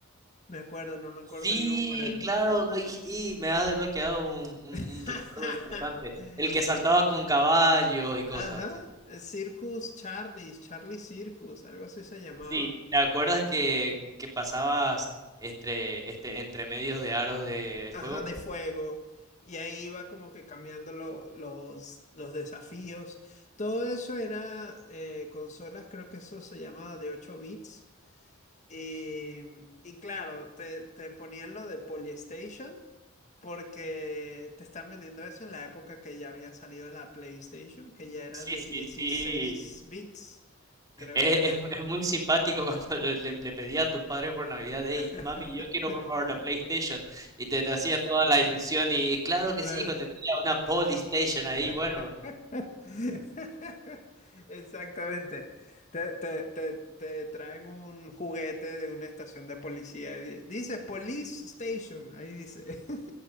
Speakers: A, on the left; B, on the right.
A: Me acuerdo, no me acuerdo
B: Sí,
A: el nombre.
B: claro, ay, y me has desbloqueado un, un-
A: <laughs>
B: un recuerdo importante, el que saltaba con caballos y cosas
A: Ajá,
B: así.
A: el Circus Charlie, Charlie Circus, algo así se llamaba.
B: Sí, ¿te acuerdas que, que pasabas este, este, entre medios de aros de, de
A: Ajá,
B: fuego?
A: de fuego. Y ahí iba como que cambiando lo- los, los desafíos. Todo eso era eh, consolas, creo que eso se llamaba de 8 bits. Y, y claro, te, te ponían lo de Polystation Porque te están vendiendo eso en la época que ya había salido la PlayStation, que ya era
B: Sí,
A: de
B: sí,
A: dieciséis
B: sí.
A: bits, creo
B: Es,
A: que era.
B: es- es muy simpático cuando <laughs> le, le- le pedía a tus padres por Navidad, hey,
A: <laughs>
B: mami, yo quiero por favor la PlayStation. Y te, te hacía toda la ilusión y claro que
A: Claro.
B: sí, hijo, te tenía una Polystation ahí, bueno.
A: <laughs> Exactamente. Te, te- te- te traen un juguete de una estación de policía. y di- Dice Police Station, ahí dice. <laughs>